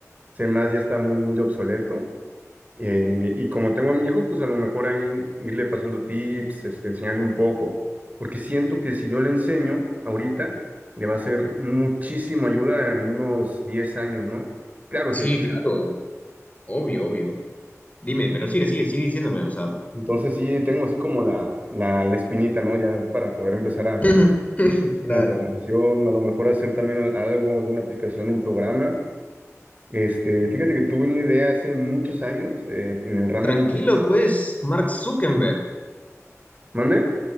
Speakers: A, on the right; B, on the left.
A: C++ ya está muy, muy obsoleto eh, y como tengo a mi hijo, pues a lo mejor ahí irle pasando tips, este, enseñarle un poco, porque siento que si yo le enseño ahorita, le va a ser muchísimo ayuda en unos 10 años, ¿no? Claro,
B: sí,
A: sí.
B: claro, obvio, obvio. Dime, pero sigue, sigue, sigue diciéndome, o sea.
A: Entonces sí, tengo así como la, la, la espinita, ¿no? Ya para poder empezar a,
B: <laughs> Claro.
A: como promoción, a lo mejor hacer también algo, alguna aplicación, un programa. Este, fíjate que tuve una idea hace muchos años, eh, en el ramo,
B: Tranquilo, pues, Mark Zuckerberg.
A: ¿mande?